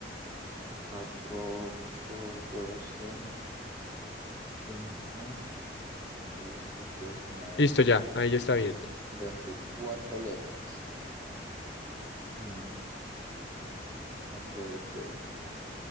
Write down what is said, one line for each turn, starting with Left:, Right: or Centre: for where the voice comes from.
Right: Cuatro, ocho, doce, quince. diecisiete 19
Left: Listo,
Right: 20
Left: ya,
Right: 22
Left: ahí ya está bien.
Right: 24 letras. Mm, ok, ok.